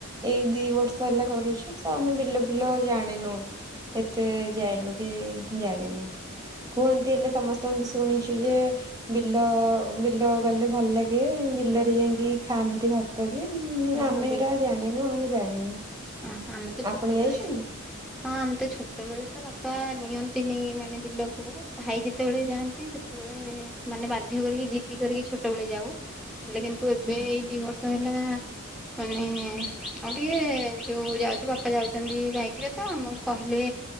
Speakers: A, on the right; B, in the centre.
A: ଏଇ ଦି ବର୍ଷ ହେଲା କରୁଛୁ ତ ଆମେ ବିଲ ଫିଲ ଜାଣିନୁ। ଏତେ ଜାଣିନୁ କି ଜାଣିନୁ। କୁହନ୍ତି ହେଲେ ସମସ୍ତଙ୍କ ଶୁଣିଛୁ ଯେ ବିଲ ବିଲ ଗଲେ ଭଲ ଲାଗେ। ବିଲ ଯାଇକି
B: ହଁ
A: ଖାଆନ୍ତି ଭାତ ବି
B: ହଁ
A: ଆମେ ହେରା ଜାଣିନୁ ଆମେ ଯାଇନୁ।
B: ଓ ଆମେ ତ ଛୋଟବେଳେ
A: ଆପଣ ଯାଇଛନ୍ତି?
B: ହଁ ଆମେ ତ ଛୋଟବେେଳେ ତ ବାପା ନିଅନ୍ତିନି ମାନେ ବିଲକୁ ଭାଇ ଯେତେବେଳେ ଯାଆନ୍ତି ସେ ମାନେ ବାଧ୍ୟ କରିକି ଜିତିି କରିକି ଛୋଟବେଳେ ଯାଉ। ହେଲେ କିନ୍ତୁ ଏବେ
A: ଆଚ୍ଛା
B: ଏଇ ଦି ବର୍ଷ ହେଲା ମାନେ ଆଉ ଟିକେ ଯୋଉ ଯାଉଛି ବାପା ଯାଉଛନ୍ତି ବାଇକ ରେ ତ ଆମକୁ କହିଲେ